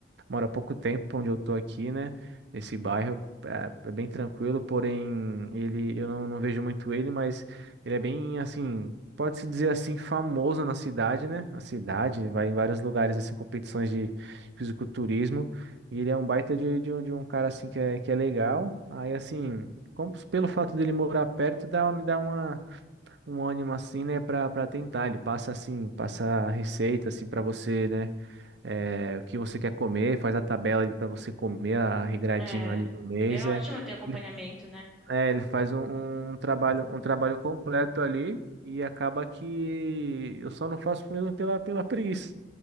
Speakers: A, on the right; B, in the centre.
A: mora há pouco tempo onde eu tô aqui, né, nesse bairro, é, é bem tranquilo, porém, ele, eu não, não vejo muito ele, mas ele é bem, assim, pode-se dizer assim, famoso na cidade, né, na cidade, vai em vários lugares, assim, competições de fisiculturismo, e ele é um baita de, de, um, de um cara, assim, que é, que é legal, aí, assim, como- pelo fato dele morar perto, dá, me dá uma um ânimo assim, né, Pra para tentar. Ele passa assim, passa a receita assim para você, né, é, o que você quer comer, faz a tabela ali para você comer a regradinho
B: É,
A: ali no mês,
B: é ótimo
A: é.
B: ter acompanhamento,
A: Ele,
B: né?
A: é, ele faz um, um um trabalho, um trabalho completo ali e acaba que eu só não faço mesmo pela pela preguiça